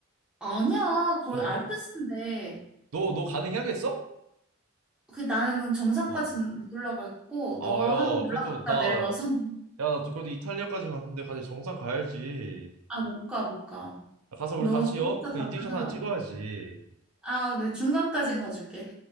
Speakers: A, in the centre; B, on the right.
A: 아니야, 거의
B: 번호가?
A: 알프스인데
B: 너, 너 가능해야겠어?
A: 그 나는 정상까지
B: 어.
A: 못 올라갔고
B: 아,
A: 너가
B: 야,
A: 한번 올라갔다
B: 그래도 나,
A: 내려와서 <laughs>
B: 야, 나 그래도 이탈리아까지 갔는데 같이 정상 가야지.
A: 아, 못 가, 못 가.
B: 가서
A: 너
B: 우리 같이,
A: 진짜
B: 어?
A: 갔다가
B: 그 인증샷 하나 찍어야지.
A: 아, 내 중간까진 가줄게.